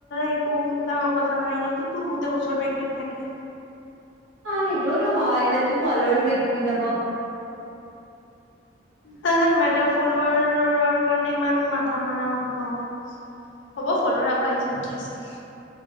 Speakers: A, on the left (about 75°); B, on the right (about 85°).
A: একো ডাঙৰ কথা নহ নতো গোটেই বছৰটো এক্টিভ থাকে
B: সেইটো টো হয় বাত ফলৱাছ কমি যাব
A: ত যেন মে ফুলৰ কাৰণে ইমান মাথা মৰা মানুহ নহয় হ'ব ফুলৱাছ আকৌ আহি যাব কি আছে